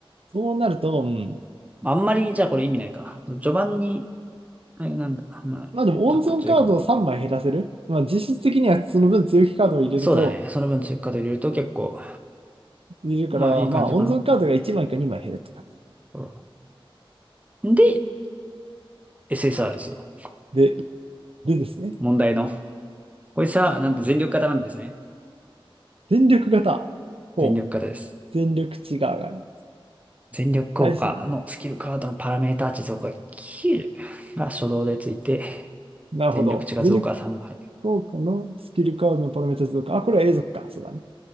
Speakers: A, on the right; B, on the right.
A: そうなると、うん。
B: あんまり、じゃあこれ意味ないか。序盤に、あれなんだ、まあ、
A: まあでも温存カードを3枚減らせる。
B: ちょっと強いかもね。
A: まあ実質的にはその分強気カードを入れると、
B: そうだね。その分追加で入れると結構、
A: 入れるから、
B: まあいい感じかな。
A: まあ温存カードが1枚か2枚減るって感
B: うんで、SSR ですよ。
A: じ。で、でですね。
B: 問題の。こいつは、なんと全力型なんですね。
A: 全力型。ほう。
B: 全力型です。
A: 全力値が上がる。
B: 全力効果のスキルカードのパラメータ値増加9が初動でついて、
A: 最新。なるほど。
B: 全力値が増加3倍。
A: 全力効果のスキルカードのパラメータ増加。あ、これは永続か。そうだね。